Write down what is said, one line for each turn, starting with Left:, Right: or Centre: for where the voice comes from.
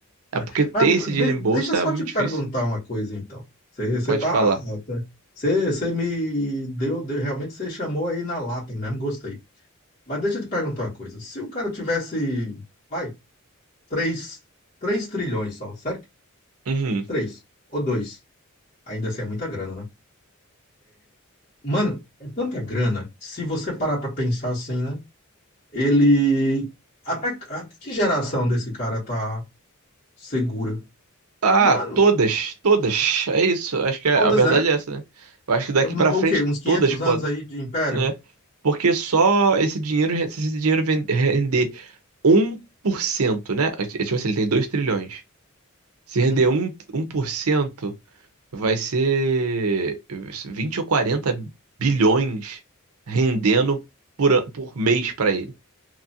Right: É
Left: né?
Right: porque ter
Left: Mas
Right: esse
Left: de-
Right: dinheiro em
Left: deixa
Right: bolso
Left: eu
Right: é
Left: só
Right: muito
Left: te perguntar
Right: difícil.
Left: uma coisa, então. Você você
Right: Pode
Left: tá,
Right: falar.
Left: tá, você você me deu, deu- realmente você chamou aí na lata mesmo, gostei. Mas deixa eu te perguntar uma coisa. Se o cara tivesse, vai, três, três trilhões só, certo?
Right: Uhum.
Left: Três ou dois, ainda assim é muita grana, né? Mano, é tanta grana. Se você parar pra pensar assim, né? Ele até, até que geração desse cara tá segura?
Right: Ah,
Left: Mano,
Right: todas, todas. É isso. Acho que a
Left: todas,
Right: a verdade
Left: né?
Right: é essa, né? Eu acho que daqui
Left: hum,
Right: pra frente
Left: o quê? Uns 500
Right: todas podem,
Left: anos aí de império?
Right: né? Porque só esse dinheiro, se esse dinheiro ven- render 1%, né? É é, Tipo assim, ele tem 2 trilhões. Se
Left: Uhum.
Right: render um um por cento, vai ser 20 ou 40 bilhões rendendo por, an- por mês pra ele